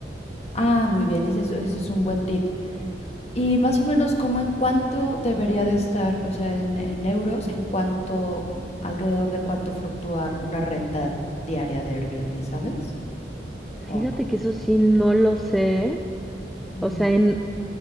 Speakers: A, on the left (about 40°); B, in the centre.
A: Ah, muy bien, ese es, ese es un buen tip. Y más o menos, ¿cómo en cuánto debería de estar, o sea, en, en euros, en cuánto, alrededor de cuánto fluctuar una renta diaria de Airbnb, ¿sabes? ¿O
B: Fíjate
A: no?
B: que eso sí no lo sé.
A: Mm.
B: O sea, en,